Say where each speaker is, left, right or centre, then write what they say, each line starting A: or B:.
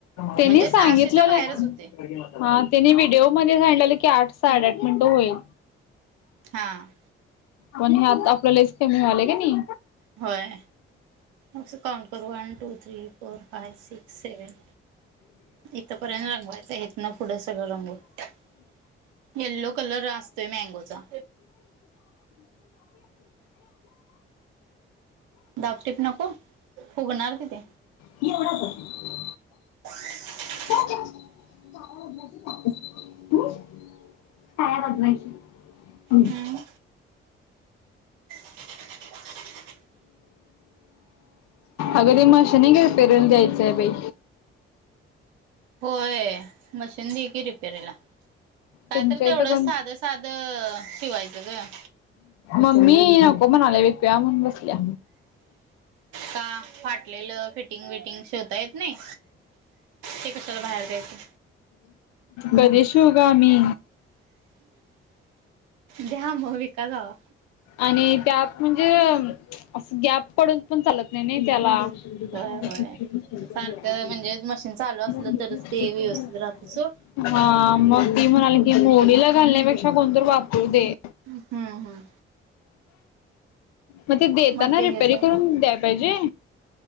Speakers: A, on the left; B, on the right.
A: त्यांनी
B: म्हणजे
A: सांगितलेलं
B: सहाशेच्या बाहेरच
A: <inaudible> हा,
B: होते
A: त्याने व्हिडिओ मध्ये सांगलेलं की, आठ साडेआठ मिनिटं होईल.
B: हां.
A: पण हे आता आपल लईच कमी व्हालय क नई?
B: होय, अस काउंट करू, one, two, three, four, five, six, seven इथपर्यंत रंगवायचं, इथनं पुढं सगळं रंग <unintelligible> येल्लो कलर असतोय, मँगोचा. दापटिप नको, फुगणार की ते
A: की एवढासाच
B: <inaudible>
A: <unintelligible> <inaudible> <unintelligible> <inaudible>
B: हम्म <unintelligible> <inaudible>
A: अग ते मशीन एक <unintelligible> द्यायचंय बाई
B: होय, मशीन दे की रिपेरीला. काय
A: तुमच्या
B: तर तेवढंच,
A: इथं कोण
B: साधं-साध शिवायचं ग.
A: मम्मी नको म्हणाल्या बाई, विकूया म्हणून बसल्या
B: का? फाटलेलं, फिटिंग विटिंग, शिवता येत नाही? ते कशाला बाहेर द्यायचं
A: कधी शिवू ग आम्ही?
B: द्या मग, विका जावा.
A: आणि त्यात म्हणजे, अस गॅप पडून पण चालत नाही ना त्याला. <unintelligible>
B: होय होय सारखं म्हणजे मशीन चालू असलं तरच ते व्यवस्थित राहते सोड.
A: <inaudible> हा, मग ती म्हणाल्या की, मोडीला घालण्यापेक्षा कोण तरी वापरु दे.
B: हम्म हम्म.
A: मग ते देताना
B: मग ते
A: रिपेरी
B: हेच आहे
A: करून द्याय पाहिजे?